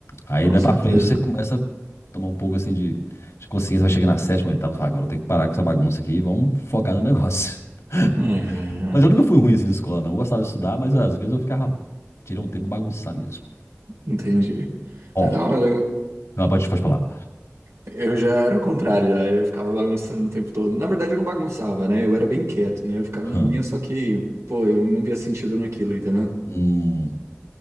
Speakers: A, on the left; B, on the right.
A: Aí
B: com
A: daí
B: certeza.
A: pra frente você começa a tomar um pouco assim de, de consciência, vai chegar na sétima, oitava, e fala, agora eu tenho que parar com essa bagunça aqui e vamos focar no negócio.
B: É,
A: <laughs> Mas eu nunca fui ruim assim de escola, não. Eu gostava de estudar, mas às vezes eu ficava, tirei um tempo pra bagunçar mesmo.
B: entendi.
A: Ó,
B: Mas da hora, eu,
A: não, pode, pode falar.
B: eu já era o contrário, já, eu ficava bagunçando o tempo todo. Na verdade, eu não bagunçava, né? Eu era bem quieto, né? Eu ficava
A: Hã.
B: na minha, só que, pô, eu não via sentido naquilo, entendeu?
A: Hum.